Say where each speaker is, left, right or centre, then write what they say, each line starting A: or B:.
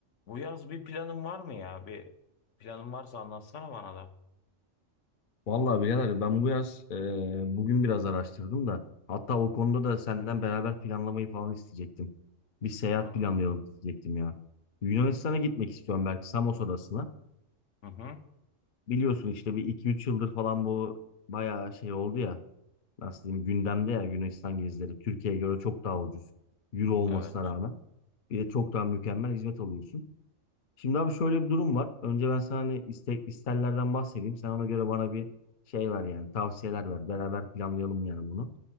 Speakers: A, on the left (about 70°); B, on the left (about 50°).
A: Bu yaz bir planın var mı ya? Bir planın varsa anlatsana bana da.
B: Vallahi birader ben bu yaz e, bugün biraz araştırdım da hatta o konuda da senden beraber planlamayı falan isteyecektim. Bir seyahat
A: Aa,
B: planlayalım isteyecektim ya. Yunanistan'a gitmek istiyorum belki Samos Adası'na.
A: hı hı,
B: Biliyorsun işte bir iki üç yıldır falan bu bayağı şey oldu ya. Nasıl diyeyim gündemde ya Yunanistan gezileri. Türkiye'ye göre çok daha ucuz. Euro olmasına
A: evet.
B: rağmen. Bir de çok daha mükemmel hizmet alıyorsun. Şimdi abi şöyle bir durum var. Önce ben sana hani istek, isterlerden bahsedeyim. Sen ona göre bana bir şey ver yani tavsiyeler ver. Beraber planlayalım yani bunu.